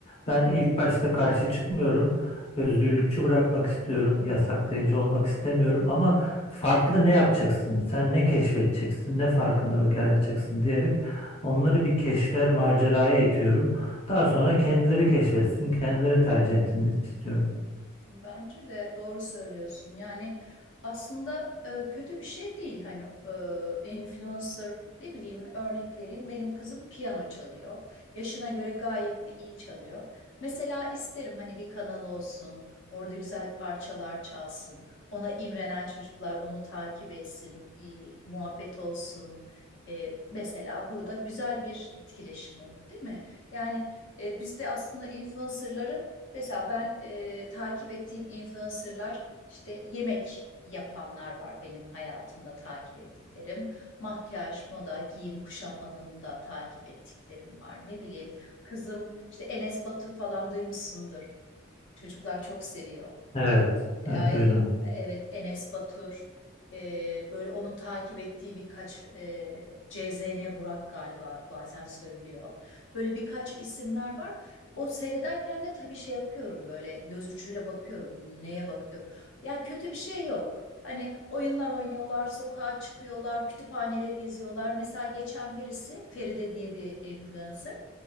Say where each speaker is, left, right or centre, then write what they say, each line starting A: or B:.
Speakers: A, on the left; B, on the left.
A: ben ilk başta karşı çıkmıyorum. Özgürlükçü bırakmak istiyorum, yasaklayıcı olmak istemiyorum ama farklı ne yapacaksın, sen ne keşfedeceksin, ne farkındalık yaratacaksın diyerek onları bir keşfe, maceraya itiyorum. Daha sonra kendileri keşfetsin, kendileri tercih etsin istiyorum.
B: Bence de doğru söylüyorsun. Yani aslında e, kötü bir şey değil. Hani e, influencer ne bileyim örnek vereyim. Benim kızım piyano çalıyor. Yaşına göre gayet de iyi çalıyor. Mesela isterim hani bir kanal olsun. Orada güzel parçalar çalsın. Ona imrenen çocuklar onu takip etsin. iyi muhabbet olsun. E, mesela burada güzel bir etkileşim olur, değil mi? Yani e, biz de aslında influencerları Mesela ben e, takip ettiğim influencerlar işte yemek yapanlar var benim hayatımda takip ettiklerim. Makyaj, moda, giyim, kuşam alanında takip ettiklerim var. Ne bileyim kızım işte Enes Batur falan duymuşsundur. Çocuklar çok seviyor.
A: Evet, evet
B: Ay,
A: duydum.
B: evet Enes Batur e, böyle onun takip ettiği birkaç e, CZN Burak galiba bazen söylüyor. Böyle birkaç isimler var. O seyrederken de tabii şey yapıyorum böyle göz ucuyla bakıyorum neye bakıyorum. Ya kötü bir şey yok. Hani oyunlar oynuyorlar, sokağa çıkıyorlar, kütüphaneleri geziyorlar. Mesela geçen birisi Feride diye bir influencer